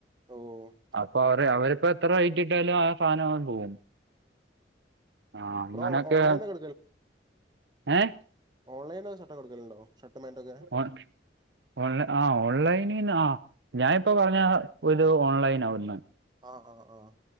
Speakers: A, on the right (about 25°); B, on the right (about 70°).
A: ഓഹ്
B: അപ്പൊ അവര് അവരിപ്പോ എത്ര റേറ്റ്ട്ടാലും ആ സാധനം അങ്ങട് പോകും ആഹ് അങ്ങനൊക്കെ
A: ബ്രോ ഓൺലൈനിന്ന് ഒക്കെ
B: ഏഹ്
A: ഓൺലൈന ഷർട്ടക്ക എടുക്കലുണ്ടോ ഷർട്ട പാൻറക്കെ
B: ഓൺ ഓൺലൈ ആ ഓൺലൈനിന്ന് ആ ഞാനിപ്പോ പറഞ്ഞ ഒരു ഓൺലൈൻനഒന്ന്
A: ആഹ് ആഹ് ആഹ്